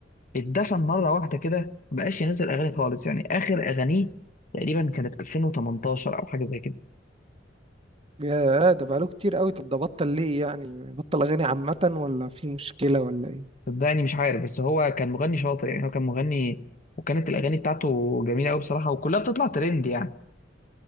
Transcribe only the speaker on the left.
اتدفن مره واحده كده مبقاش ينزل اغاني خالص يعني اخر اغانيه تقريبا كانت 2018 او حاجه زي كده
صدقني مش عارف بس هو كان مغني شاطر يعني هو كان مغني وكانت الاغاني بتاعته جميله قوي بصراحه وكلها بتطلع ترند يعني